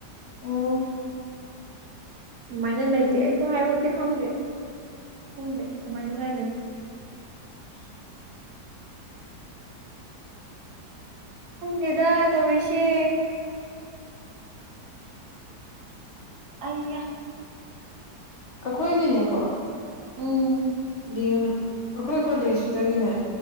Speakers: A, on the left (about 45°); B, on the right (about 70°).
A: ꯑꯣ
B: ꯑꯗꯨꯃꯥꯏꯅ ꯂꯩꯇꯦ
A: ꯀꯩ
B: ꯑꯩꯁꯨ ꯍꯥꯏꯕꯝꯗꯤ ꯈꯪꯗꯦ ꯈꯪꯗꯦ ꯀꯃꯥꯏꯅ ꯉꯥꯏꯗꯣꯏꯅꯤ
A: <inaudible>
B: ꯌꯦꯗꯥ ꯇꯧꯔꯤꯁꯤꯦ ꯑꯌꯥ
A: ꯑꯩꯈꯣꯏꯒꯤꯅꯦꯀꯣ
B: ꯎꯝ
A: ꯑꯦꯝ ꯑꯩꯈꯣꯏ ꯀꯣꯂꯦꯖꯇꯒꯤꯅꯦ